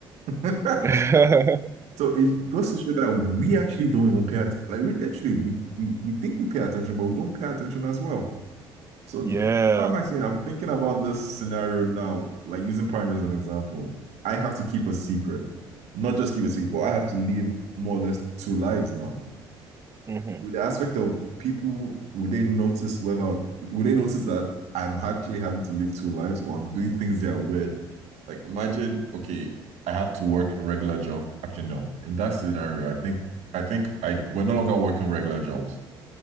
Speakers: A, on the right (about 65°); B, on the right (about 20°).
A: <laughs>
B: <laughs>
A: so it goes to show that we actually don't even pay attention. Like we literally we, we we think we pay attention, but we don't pay attention as well. So
B: Yeah.
A: that actually, I'm thinking about this scenario now, like using Prime as an example. I have to keep a secret, not just keep a secret, but I have to live more or less two lives now.
B: Mhm.
A: With the aspect of people, would they notice whether would they notice that I'm actually having to live two lives or I'm doing things that are weird? Like imagine, okay, I have to work a regular job. Actually, no. In that scenario, I think I think I we're no longer working regular jobs.